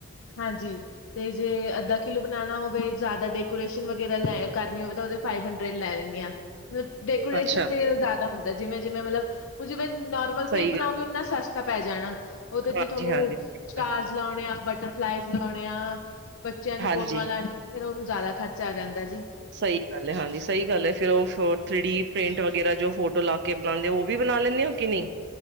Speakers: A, on the left (about 60°); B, on the right (about 50°).
A: ਹਾਂਜੀ, ਤੇ ਜੇ ਅੱਧਾ ਕਿਲੋ ਬਨਾਨਾ ਹੋਵੇ, ਜਾਦਾ ਡੈਕੋਰੇਸ਼ਨ ਵਗੈਰਾ ਲੈ ਕਰਨੀ ਹੋਵੇ ਤੇ ਓਦੇ ਫਾਈਵ ਹੰਡਰਡ ਲੈ ਲੈਨੀ ਆ, ਮਤਲਬ ਡੈਕੋਰੇਸ਼ਨ
B: ਅੱਛਾ।
A: ਤੇ ਜਾਦਾ ਹੁੰ ਜਿਵੇਂ-ਜਿਵੇਂ ਮਲਬ ਹੁਨ ਜਿਵੇ ਨੋਰਮਲ
B: ਸਹੀ
A: ਕੇਕ ਬਨਾਉਂਗੀ
B: ਗੱਲ,
A: ਉਨਾ ਸਸਤਾ ਪੈ ਜਾਨਾ। ਓਦੇ
B: ਹਾਂਜੀ-ਹਾਂਜੀ,
A: ਚ ਥੋਨੂੰ ਸਟਾਰਸ
B: ਹਾਂਜੀ।
A: ਲਾਉਨੇ ਆ, ਬਟਰਫਲਾਈਜ਼ ਲੋਨੇ ਆ ਬੱਚਿਆਂ ਦੀ
B: ਹਾਂਜੀ
A: ਫੋਟੋਆਂ ਲਾਨੀ, ਫੇਰ ਓਨੂੰ ਜਾਦਾ ਖਰਚਾ ਆ ਜਾਂਦਾ ਜੀ।
B: ਸਈ ਗੱਲ ਏ, ਹਾਂਜੀ ਸਈ ਗੱਲ ਏ ਫੇਰ ਓ <unintelligible> ਥ੍ਰੀ ਡੀ ਪ੍ਰਿੰਟ ਵਗੈਰਾ ਜੋ ਫੋਟੋ ਲਾ ਕੇ ਬਨਾਂਦੇ ਓ ਵੀ ਬਨਾ ਲੈ <unintelligible> ਕਿ ਨਈ